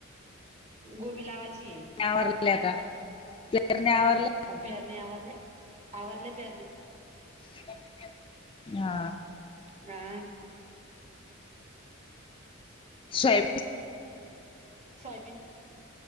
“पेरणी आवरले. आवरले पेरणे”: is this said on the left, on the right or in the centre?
Right